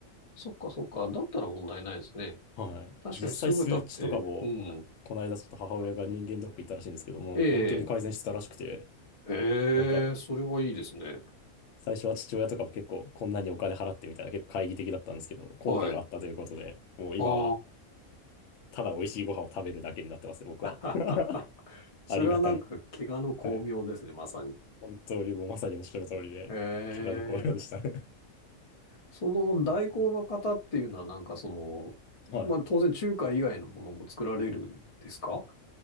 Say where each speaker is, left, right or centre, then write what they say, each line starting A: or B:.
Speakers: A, on the left; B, on the left.
A: そっかそっか。だったら問題ないですね。
B: はい。
A: 確かに酢豚って、
B: 実際数値とかも、
A: うん。
B: この間ちょっと母親が人間ドック行ったらしいんですけども、
A: ええ、
B: 本当に改善してたらしくて、
A: ええ、
B: なんか、
A: それはいいですね。
B: 最初は父親とかも結構こんなにお金払ってみたいな結構懐疑的だったんですけど、効果があったということで、
A: はい。
B: もう今は
A: あ
B: ただ美味しいご飯を食べるだけになってますね、僕は。
A: あ。
B: <laughs>
A: <laughs> それはなんか怪我の巧妙ですね、
B: ありがたい。はい。
A: まさに。
B: 本当にもうまさにおっしゃる通りで、
A: え
B: 気が毒のようでしたね。
A: え。その代行の方っていうのはなんかそ
B: <laughs> はい。
A: の、まあ当然中華以外のものも作られるんですか